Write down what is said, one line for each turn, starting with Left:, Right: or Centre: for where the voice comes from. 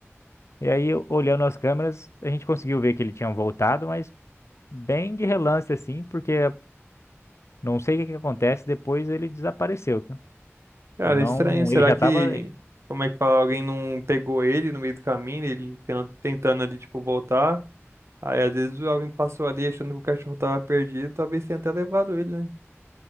Left: E aí, olhando as câmeras, a gente conseguiu ver que ele tinha voltado, mas bem de relance assim, porque Não sei o que que acontece, depois ele desapareceu. cara.
Right: Cara,
Left: Não,
Right: é estranho. Será
Left: ele já
Right: que,
Left: tava.
Right: como é que fala, alguém não pegou ele no meio do caminho, ele ten- tentando ali, tipo, voltar? Aí, às vezes, alguém passou ali achando que o cachorro tava perdido, talvez tenha até levado ele, né?